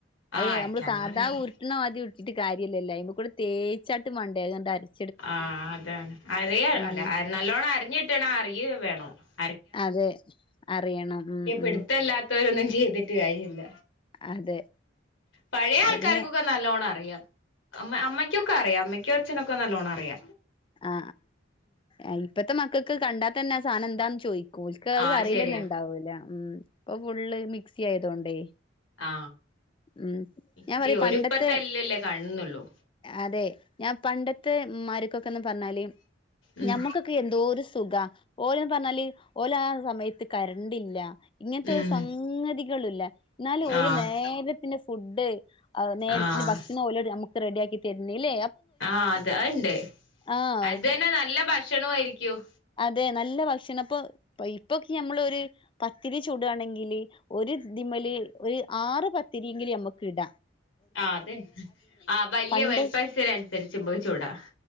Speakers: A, on the left; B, on the left.
A: ആ
B: ഉം
A: അരക്കാനും
B: അങ്ങൻത്തൊക്കെ എത്ര
A: അറിയാം
B: പത്തിരാണ് <unintelligible> ഇട്ടിട്ട് കാര്യല്ലല്ലോ അയ്മകൂടെ തേച്ചാട്ട് മാണ്ടേ അത്ങ്ങട്ട്
A: ക്ക് അത് ഞമ്മള് സാദാ
B: ഉം
A: ഉരുട്ട്ണ മാതിരി ഉര് <unintelligible> വേണോ
B: അതെ അറിയണം ഉം
A: <unintelligible> പിടുത്തല്ലാത്ത
B: ഉം
A: രൊന്നും ചെയ്തിട്ട് കാര്യല്ല
B: അതെ
A: പഴേ
B: അത്
A: ആൾക്കാർക്കൊക്കെ
B: പിന്നെ
A: നല്ലോണം അറിയാ അമ്മ അമ്മക്കൊക്കെ അറിയാം അമ്മയ് ക്കും അച്ഛനൊക്കെ നല്ലോണം അറിയ
B: ആ ആ ഇപ്പത്തെ മക്ക ക്കക്ക് കണ്ടാത്തന്നെ ആ സാധനം എന്താന്ന് ചോയ് ഓൽക്ക് അത്
A: ആ
B: അറിയലെന്നെ
A: ശരിയാ
B: ണ്ടാവൂല ഉം പ്പൊ ഫുള്ള് മിക്സി ആയതോണ്ടേ
A: ആ
B: ഉം
A: മിക്സി
B: ഞാൻ പറയും
A: ഒരുപ്പത്തെ
B: പണ്ടത്തെ
A: ല്ലല്ലേ കാണുന്നുള്ളൂ
B: അതെ ഞാൻ പണ്ടത്തെ മര ക്കക്കൊ ന്ന് പറഞ്ഞാല്
A: ഉം
B: ഞമ്മക്കൊക്കെ എന്തോരു സുഖ ഓല്ന്ന് പറഞ്ഞാല് ഓലാ സമയത്ത് കരണ്ടില്ല ഇങ്ങനത്തെ
A: ഉം
B: ഒരു സംഗതികളില്ല ന്നാലും ഓല്
A: ആഹ്
B: നേരത്തിന് ഫുഡ് ആ നേരത്തിന്
A: ആഹ്
B: ഭക്ഷണം ഓല് നമക്ക് റെഡിയാക്കി തര്ന്നില്ലേ
A: ആ അത് അത്ണ്ട്
B: ആഹ്
A: അത് തന്നെ നല്ല ഭക്ഷണോയിരിക്കും
B: തെ നല്ല ഭക്ഷണം പ്പോ ഇപ്പോക്കി നമ്മള് ഒരു പത്തിരി ചുടാണെങ്കില് ഒരു തിമല് ഒരു ആറ് പത്തിരിയെങ്കിലും നമ്മക്കിട
A: ആ അതെ ആ വല്ല്യ
B: പണ്ട്
A: വലിപ്പത്തിനനുസരിച്ച് ഞമ്മക് ചുടാ